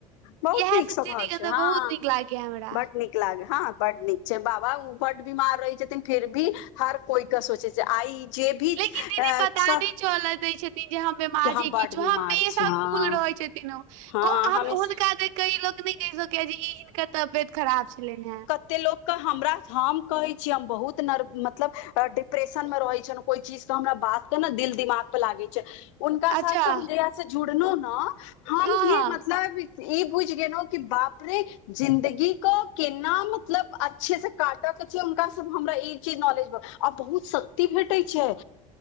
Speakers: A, on the left; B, on the right.
A: बहुत
B: इएह
A: नीक सभाव
B: सब दीदी
A: छैय
B: के तऽ
A: हाँ
B: बहुत नीक लागैया हमरा
A: बड नीक। <unintelligible> बड नीक छैय बाबा ओ बड बिमार रहै छथिन फिर भी हर कोइ के सोचै छैय आइ। जे भी
B: लेकिन दीदी
A: अ,
B: पता
A: सब
B: नहि चलए दै छथिन जे हम बिमार
A: के हम
B: छी
A: बड
B: किछु
A: बीमार
B: हमेशा
A: छी हँ
B: कुल रहैत छथिन। हुनका
A: हँ हमेशा
B: देखि के लोग नहि कहि सक कऽ ई जे हिनकर तबियत खराब छलेन हेय।
A: ते लोकके हमरा हम कहै छीिय हम बहुत नर्व मतलब डिप्रेशन मऽ रहै छलो। कोइ चीज कऽ हमरा बात कऽ न दिल दिमाग पर लागै छैय। हुनका
B: अच्छा
A: साथ से हम जहिया से जुड़नु न हम
B: हँ
A: फीर मतलब ई बुझ गेले की बापरे जिंन्दगी कऽ केना मतलब अच्छे से काटे केँ छैय हुनका स हमरा ई चीज नॉलेज ब। आ बहुत शक्ति भेटै छैय।